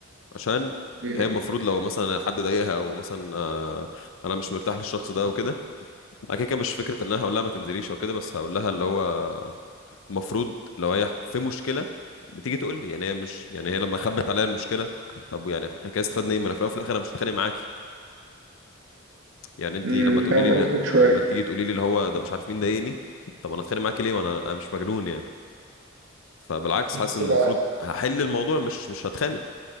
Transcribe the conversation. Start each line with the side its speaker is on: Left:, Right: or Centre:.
Left: عشان
Right: ليه؟
Left: هي المفروض لو مثلا حد ضايقها او مثلا آه، انا مش مرتاح للشخص ده وكده انا كده كده مش فكره ان انا هقول لها ما تنزليش او كده بس هقول لها اللي هو المفروض لو هي في مشكله بتيجي تقول لي يعني هي مش يعني هي لما خبت عليا المشكله طب يعني احنا كده استفدنا ايه ما انا في الاول وفي الاخر انا مش هتخانق معاكي يعني انت
Right: امم
Left: لما
Right: فاهم
Left: تقولي لي
Right: قصدك شويه
Left: لما تيجي تقولي لي اللي هو ده مش عارف مين ضايقني طب انا اتخانق معاكي ليه وانا انا مش مجنون يعني فبالعكس
Right: بس
Left: حاسس ان
Right: ما
Left: المفروض هحل الموضوع مش مش هتخانق